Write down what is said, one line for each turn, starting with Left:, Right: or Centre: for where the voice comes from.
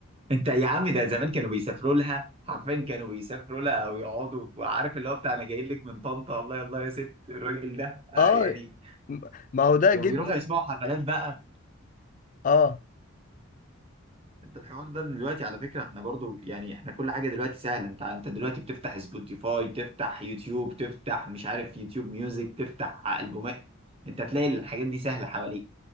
Right: انت يا عم ده زمان كانوا بيسافروا لها حرفيا كانوا بيسافروا لها او يقعدوا وعارف اللي هو بتاع انا جاي لك من طنطا الله يلا يا ست الراجل ده آه
Left: اه
Right: يعني
Left: ما هو ده
Right: كانوا
Left: جدي
Right: بيروحوا يسمعوا حفلات بقى
Left: اه
Right: انت الحوار ده دلوقتي على فكره احنا برضو يعني احنا كل حاجه دلوقتي سهله انت انت دلوقتي بتفتح سبوتيفاي تفتح يوتيوب تفتح مش عارف يوتيوب ميوزك تفتح البومات انت تلاقي الحاجات دي سهله حواليك